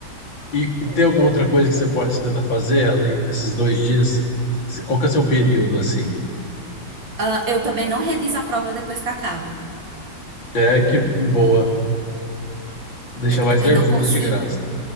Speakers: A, on the left (about 70°); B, on the right (about 65°).
A: E, e tem alguma outra coisa que você pode você tentar fazer além desses dois dias? Você- Qual que é o seu período, assim?
B: Ah, eu também não reviso a prova depois que acabo.
A: É que boa. Deixa
B: Eu
A: mais
B: também
A: nervoso
B: não consigo.
A: de graça.